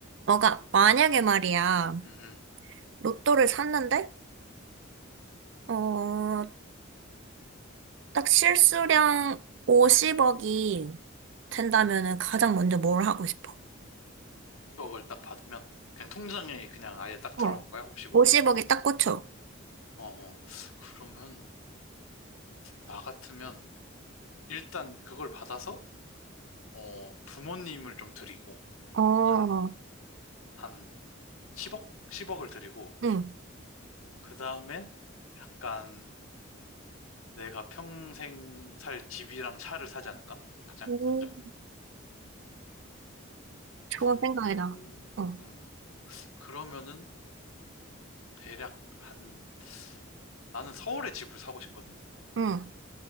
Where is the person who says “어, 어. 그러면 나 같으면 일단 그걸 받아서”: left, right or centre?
Left